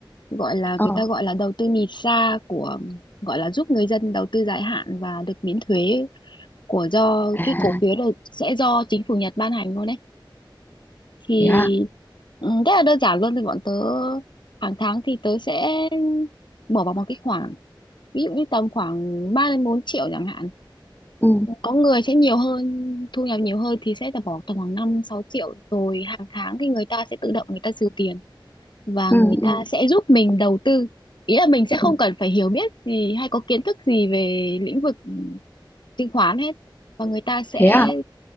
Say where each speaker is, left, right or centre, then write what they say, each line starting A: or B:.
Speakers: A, on the left; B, on the left.
A: gọi là
B: ờ
A: người ta gọi là đầu tư nhìn xa của gọi là giúp người dân đầu tư dài hạn và được miễn thuế của do
B: à
A: cái cổ phiếu này sẽ do chính phủ Nhật ban hành luôn đấy thì
B: thế à
A: ừ, rất là đơn giản luôn thì bọn tớ hàng tháng thì tớ sẽ bỏ vào một cái khoản ví dụ như tầm khoảng 3 đến 4 triệu chẳng hạn
B: ừ
A: có người sẽ nhiều hơn thu nhập nhiều hơn thì sẽ là bỏ tầm khoảng năm sáu triệu rồi hàng tháng thì người ta sẽ tự động người ta trừ tiền và
B: ừ,
A: người ta
B: ừ,
A: sẽ giúp mình đầu tư ý là mình sẽ
B: ừ.
A: không cần phải hiểu biết gì hay có kiến thức gì về lĩnh vực chứng khoán hết và người ta sẽ
B: thế à